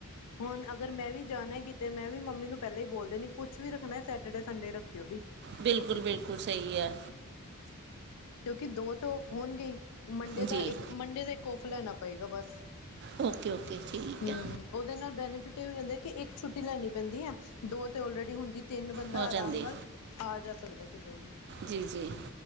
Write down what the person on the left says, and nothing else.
ਹੁਣ ਅਗਰ ਮੈਂ ਵੀ ਜਾਣਾ ਕਿ ਤੇ ਮੈਂ ਵੀ ਮੰਮੀ ਨੂੰ ਪਹਿਲਾਂ ਹੀ ਬੋਲ ਦਿੰਨੀ ਕੁਛ ਵੀ ਰੱਖਣਾ ਏ ਸੈਟਰਡੇ ਸੰਡੇ ਰੱਖਿਓ ਵੀ
ਕਿਉਂਕਿ ਦੋ ਤੇ ਔਫ ਹੋਣਗੇ ਹੀ, ਮੰਡੇ
ਦਾ ਇੱਕ ਮੰਡੇ ਦਾ ਇੱਕ ਔਫ ਲੈਣਾ ਪਏਗਾ ਬਸ।
ਹੂੰ,
ਉਹਦੇ ਨਾਲ ਬੈਨੀਫਿਟ ਇਹ ਹੋ ਜਾਂਦਾ ਕਿ, ਇੱਕ ਛੁੱਟੀ ਲੈਣੀ ਪੈਂਦੀ ਐ। ਦੋ ਤੇ ਓਲਰੇਡੀ ਹੁੰਦੀ, ਤਿੰਨ ਬੰਦਾ
ਆਰਾਮ ਨਾਲ, ਆ ਜਾ ਸਕਦਾ ਕਿਤੇ ਵੀ।